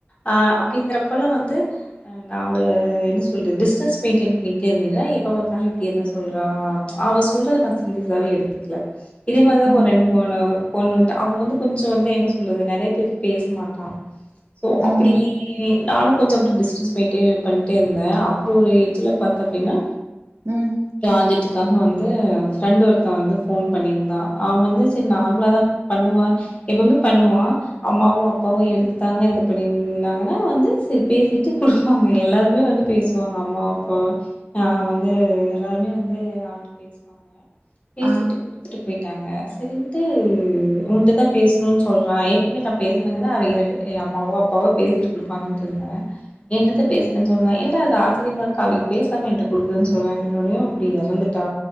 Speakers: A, on the left; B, on the right.
A: ஆ அப்படிங்கிறப்பல்லா வந்து ஹ நா அவள என்ன சொல்ற டிஸ்டன்ஸ் மெயின்டெின் பண்ணிட்டே இருந்தீங்ளா எப்ப பாத்தாலு இப்படியேதா சொல்றா அவ சொல்றத நா சீரியஸாவே எடுத்துக்கல இதே மாரிதான்
B: ம்
A: ஒரு ரெண்டு மூணு பொண்ணு கிட்ட அப்ப வந்து கொஞ்சோ வந்து என்ன சொல்றது நறைய பேருக்கு பேச மாட்டான் சோ அப்படி
B: ம்
A: நானும் கொஞ்சோ அப்படியே டிஸ்டன்ஸ் மெயின்டேன் பண்ட்டே இருந்த அப்புறம் ஒரு ஏஜில பாத்த அப்படின்னா
B: ம்
A: ப்ராஜெக்ட் க்காக வந்து ஃப்ரெண்டு ஒருத்தன் வந்து ஃபோன் பண்ணியிருந்தா அவன் வந்து சரி நார்மலா தா பண்ணுவா எப்பவுமே பண்ணுவா அம்மாவு அப்பாவு எடுத்தாங்க இது பண்ணிருந்தாங்கன்னா வந்து சரி பேசிட்டு குடுப்பாங்க எல்லாருமே வந்து பேசுவாங்க அம்மா அப்பா நா வந்து எல்லாருமே வந்து அவங்கிட் பேசுவோ வாங்க பேசிட்டு
B: ஆ
A: குடு ட்ங்க சரின்ட்டு உன்ட்தா பேசணுனு சொல்றா எப்பவுமே நா பேசுறேங்கன்னா அவங்க இரண்டு அம்மாவோ அப்பாவோ பேசிட்டு குடுப்பாங்கன்னட்டு இருந்த என்னட்ட த பேசுறன்னு
B: ம்
A: சொன்னா என் ட்ட அது ஆச்சரியமா இருக்கு அவங்க பேசாம என்ட்ட குடுக்குற சொல்ராங்க அப்படி இறந்துட்டா